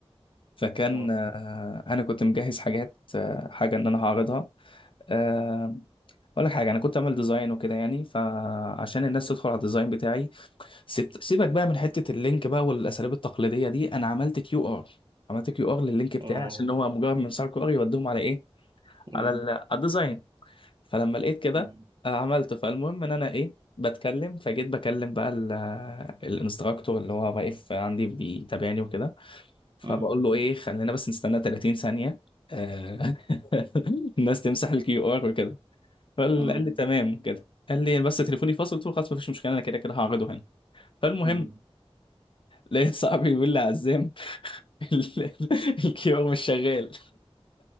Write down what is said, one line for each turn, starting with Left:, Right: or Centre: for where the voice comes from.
Left: فكان
Right: اه
Left: آه، انا كنت مجهز حاجات آه، حاجه ان انا هعرضها آه، اقول لك حاجه انا كنت اعمل ديزاين وكده يعني فعشان الناس تدخل على الديزاين بتاعي سيب- سيبك بقى من حته اللينك بقى والاساليب التقليديه دي انا عملت كيو ار عملت كيو ار لللينك بتاعي
Right: اه
Left: عشان هو مجرد من صار كيو ار يوديهم على ايه
Right: قول
Left: على
Right: لي
Left: ال- على الديزاين فلما لقيت كده
Right: مم.
Left: آه، عملته فالمهم ان انا ايه بتكلم فجيت بكلم بقى ال- آه، الانستراكتور اللي هو واقف عندي بيتابعني وكده فبقول
Right: مم.
Left: له ايه خلينا بس نستنى 30 ثانيه آه، <laughs> الناس تمسح الكيو ار وكده فقال
Right: مم.
Left: لي تمام كده قال لي بس تليفوني فاصل قلت له خلاص مفيش مشكله انا كده كده هعرضه هنا فالمهم
Right: مم.
Left: لقيت صاحبي بيقول لي عزام <laughs> ال- ال- الكيور مش شغال